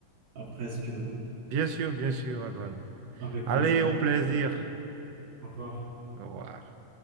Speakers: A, on the right; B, on the right.
A: après si tu veux.
B: Bien sûr, bien sûr, Adouane.
A: Avec
B: Allez,
A: plaisir.
B: au plaisir.
A: Au revoir.
B: Au revoir.